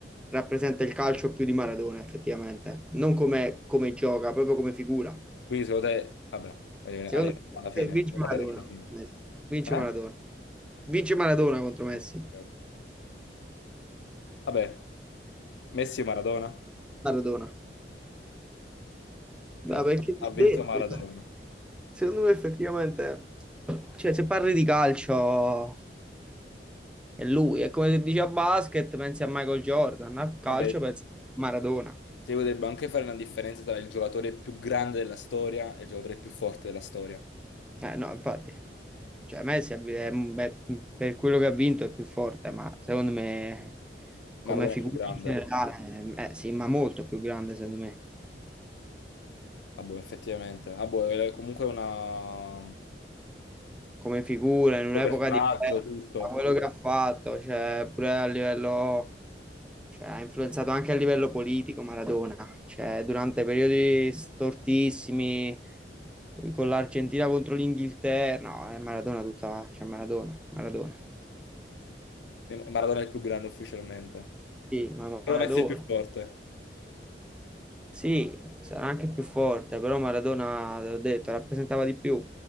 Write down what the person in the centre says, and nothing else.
rappresenta il calcio più di Maradona, effettivamente. Non come, come gioca, proprio come figura.
Secondo
me
eh, vince
Maradona.
contro
Messi. Vince
Maradona. Vince Maradona contro Messi.
Maradona.
Ma perché ti
ho
detto?
eh. Secondo me effettivamente, cioè se parli di calcio è lui, è come se dici a basket pensi a Michael Jordan, a calcio
pensi a Maradona.
Eh no, infatti, cioè Messi è- è- beh, per quello che ha vinto è più forte, ma secondo me
come figura
in generale, eh, sì, ma molto più grande secondo me.
come figura in un'epoca
diversa,
quello che ha fatto, cioè, pure a livello, cioè, ha influenzato anche a livello politico Maradona, cioè, durante periodi stortissimi con l'Argentina contro l'Inghilterra, no, è Maradona tutta, cioè Maradona, Maradona.
Sì, ma Maradona.
Sì, sarà anche più forte, però Maradona, l'ho detto, rappresentava di più.